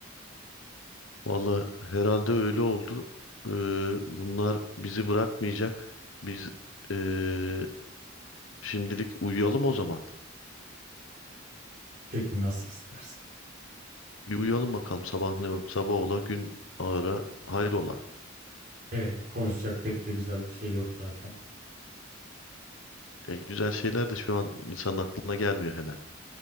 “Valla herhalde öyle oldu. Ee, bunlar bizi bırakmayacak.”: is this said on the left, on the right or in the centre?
Left